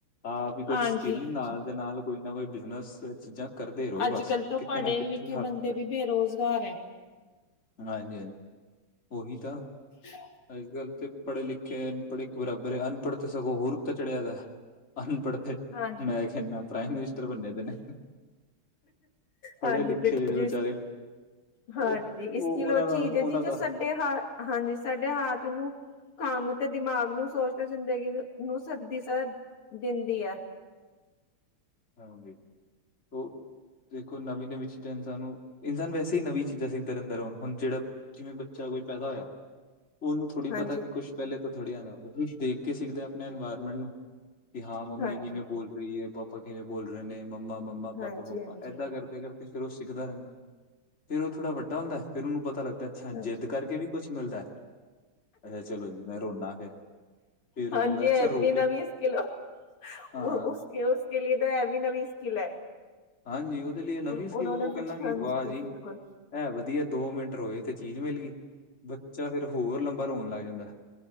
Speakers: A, on the left; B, on the left.
A: ਆਪ ਵੀ ਕੋਛ
B: ਹਾਂਜੀ,
A: ਸਕਿੱਲ
B: ਹਾਂਜੀ
A: ਨਾਲ ਦੇ ਨਾਲ ਕੋਈ ਨਾ ਕੋਈ ਬਿਜਨਸ ਚੀਜ਼ਾਂ ਕਰਦੇ ਰਹੋ
B: ਅੱਜ
A: ਬਸ।
B: ਕੱਲ੍ਹ ਤੋਂ
A: ਕਿੱਥੇ
B: ਪੜ੍ਹੇ
A: ਨਾ ਕਿੱਥੇ
B: ਲਿਖੇ
A: ਹੱਥ
B: ਬੰਦੇ
A: ਪੈਰ
B: ਵੀ ਬੇਰੁਜ਼ਗਾਰ ਹੈ।
A: ਹਾਂਜੀ-ਹਾਂਜੀ। ਉਹੀ ਤਾਂ
B: ਹ।
A: ਅੱਜ ਕੱਲ੍ਹ ਤੇ ਪੜ੍ਹੇ ਲਿਖੇ ਅਨਪੜ੍ਹੇ ਬਰਾਬਰ ਹੈ। ਅਨਪੜ੍ਹ ਤਾਂ ਸਗੋਂ ਹੋਰ ਤਾਂ ਚੜਿਆਦਾ। ਅਨਪੜਤੇ
B: ਹਾਂਜੀ,
A: ਮੈਂ ਕਨਾ ਪ੍ਰਾਈਮ ਮਿਨਿਸਟਰ ਬੰਨੇ ਜਾਂਦੇ ਨੇ। ਪੜ੍ਹੇ
B: ਹਾਂਜੀ
A: ਲਿਖੇ
B: ਦੇਖੋ
A: ਜਿਹੜੇ
B: ਜੀ
A: ਵਿਚਾਰੇ,
B: ਸਕੂ ਹਾਂਜੀ
A: ਉਹ, ਉਹ
B: ਇਸ ਕਿਲੋ ਚੀਜ਼ ਹੈ
A: ਉਹਨਾਂ
B: ਜੀ ਜੋ
A: ਦਾ
B: ਸਾਡੇ ਹਾ। ਹਾਂਜੀ, ਸਾਡੇ ਹਾਟ ਨੂੰ ਕੰਮ ਤੇ ਦਿਮਾਗ ਨੂੰ ਸੋਚ ਤੇ ਜ਼ਿੰਦਗੀ ਨੂੰ ਸਦੀ ਦਿੰਦੀ ਐ।
A: ਹਾਂਜੀ। ਉਹ ਦੇਖੋ ਨਵੀਂ-ਨਵੀਂ ਚੀਜ਼ ਇਨਾਨ ਨੂੰ। ਇਨਾਨ ਵੈਸੇ ਹੀ ਨਵੀਂ ਚੀਜ਼ ਸਿੱਖਦਾ ਰਹਿੰਦਾ ਆ। ਹੁਣ ਜਿਹੜਾ ਜਿਵੇਂ ਬੱਚਾ ਕੋਈ ਪੈਦਾ ਹੋਇਆ। ਉਹਨੂੰ ਥੋੜ੍ਹੀ
B: ਹਾਂਜੀ
A: ਪਤਾ ਕਿ ਕੁਛ ਪਹਿਲੇ ਤਾਂ ਥੋੜ੍ਹੀ ਜਾ। ਉਹ ਦੇਖ ਕੇ ਸਿੱਖਦੇ ਆਪਣੇ ਇਨਵਾਇਰਮੈਂਟ ਨੂੰ। ਕਿ ਹਾਂ, ਮੰਮੀ
B: ਹਾਂਜੀ
A: ਕਿਵੇਂ ਬੋਲ ਰਹੀ ਹੈ? ਪਾਪਾ ਕਿਵੇਂ ਬੋਲ ਰਹੇ ਨੇ? ਮੰਮਾ ਮੰ- ਪਾਪਾ-ਪਾਪਾ।
B: ਹਾਂਜੀ ਹਾਂਜੀ
A: ਏਦਾਂ ਕਰਦੇ-ਕਰਦੇ ਤੇ ਫੇਰ ਉਹ ਸਿੱਖਦਾ ਰਹਿੰਦਾ। ਫੇਰ ਉਹ ਥੋੜਾ ਵੱਡਾ ਹੁੰਦਾ, ਫਿਰ ਉਹਨੂੰ ਪਤਾ ਲੱਗਦਾ ਅੱਛਾ, ਜਿੱਦ
B: ਹਾਂਜੀ
A: ਕਰਕੇ ਵੀ ਕੁਛ ਮਿਲਦਾ। ਅੱਛਾ ਚਲੋ ਜੀ, ਮੈਂ ਰੋਨਾ ਫਿਰ। ਫਿਰ
B: ਹਾਂਜੀ।
A: ਉਹ ਕਹਿੰਦਾ
B: ਏ
A: ਅੱਛਾ ਰੋ
B: ਵੀ ਨਵੀਂ
A: ਕੇ
B: ਸਕੀਲ।
A: ਹਾਂ,
B: ਓਹ ਦੇ ਲਈ ਤਾਂ ਇਹਵ ਵੀ ਨਵੀਂ ਸਕਕਿਲ ਹੈ।
A: ਹਾਂਜੀ। ਉਹਦੇ ਲਈ ਨਵੀਂ ਸਕਿੱਲ
B: ਉਹਨੇ
A: ਹੈ। ਉਹ
B: ਕੁਛ
A: ਕਹਿੰਦਾ
B: ਹਾਂਜੀ
A: ਕਿ ਵਾਹ ਜੀ
B: ਬਿਲਕੁਲ
A: ਐ ਵਧੀਆ। ਦੋ ਮਿੰਟ ਰੋਏ ਤੇ ਚੀਜ਼ ਮਿਲ ਗਈ। ਬੱਚਾ ਫਿਰ ਹੋਰ ਲੰਬਾ ਰੋਣ ਲੱਗ ਜਾਂਦਾ।